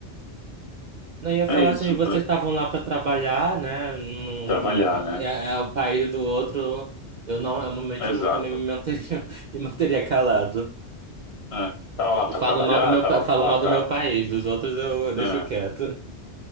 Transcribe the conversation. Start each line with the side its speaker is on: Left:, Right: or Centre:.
Right: Não eu ia falar
Left: é isso
Right: assim, vocês
Left: para
Right: estavam lá para trabalhar, né? Num,
Left: trabalhar, né?
Right: é, é o país do outro. Eu não, eu realmente
Left: É Exato.
Right: não também me manteria, <laughs> me manteria calado.
Left: É. Tava lá para
Right: Eu falo
Left: trabalhar,
Right: mal do meu,
Left: tava
Right: pa- falo
Left: lá
Right: mal
Left: para
Right: do meu país, dos outros eu, eu deixo
Left: é,
Right: quieto.